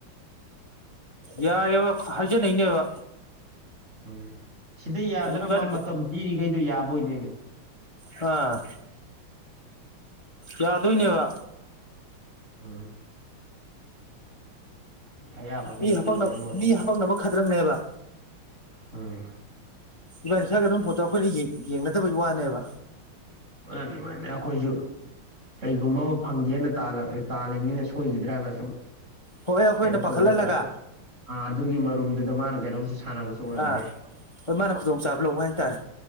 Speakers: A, on the left; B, on the right.
A: ꯌꯥꯏꯑꯦꯕ ꯍꯥꯏꯖꯅꯩꯅꯦꯕ
B: ꯎꯝ ꯁꯤꯗ ꯌꯥꯗꯅ
A: ꯏꯕꯥꯅꯤ
B: ꯃꯥ ꯃꯇꯝ ꯄꯤꯔꯤꯈꯩꯗꯣ ꯌꯥꯕ ꯑꯣꯏꯗꯣꯏꯅꯦ
A: ꯍꯥ ꯌꯥꯗꯣꯏꯅꯦꯕ
B: ꯎꯝ ꯑꯌꯥꯕꯈꯩ
A: ꯃꯤ ꯍꯥꯄꯛꯅ
B: ꯌꯦꯡꯉ ꯂꯣꯏꯔꯦ
A: ꯃꯤ ꯍꯥꯄꯛꯅꯕ ꯈꯗ꯭ꯔꯛꯅꯦꯕ
B: ꯎꯝ
A: ꯏꯕꯥꯅꯤ ꯈꯔꯒ ꯑꯗꯨꯝ ꯐꯣꯇꯣ ꯑꯩꯈꯣꯏꯅ ꯌꯦꯡ ꯌꯦꯡꯅꯗꯕꯩ ꯋꯥꯅꯦꯕ
B: <unintelligible> ꯃꯥꯏꯅ ꯑꯩꯈꯣꯏꯖꯨ ꯀꯩꯒꯨꯝꯕ ꯑꯃ ꯐꯪꯒꯦꯅ ꯇꯥꯜꯂ ꯇꯥꯜꯂꯤ ꯃꯤꯅ ꯁꯣꯏꯈꯤꯗ꯭ꯔꯅ ꯁꯨꯝ
A: ꯍꯣꯏ ꯑꯩꯈꯣꯏꯅ
B: ꯀꯩꯅꯣ
A: ꯄꯥꯈꯠꯍꯜꯂꯒ
B: ꯇꯧꯕ ꯑꯥꯑꯥ ꯑꯥ ꯑꯗꯨꯒꯤ ꯃꯔꯨꯝꯗꯨꯗ ꯃꯥꯅ ꯀꯩꯅꯣꯝꯁꯨ ꯁꯥꯟꯅꯕꯁꯨ ꯑꯣꯏꯔꯝꯕꯌꯥꯏ
A: ꯑꯥ ꯍꯣꯏ ꯃꯥꯅ ꯈꯨꯗꯣꯡꯆꯥꯕ ꯂꯧꯕ ꯍꯥꯏꯇꯥꯔꯦ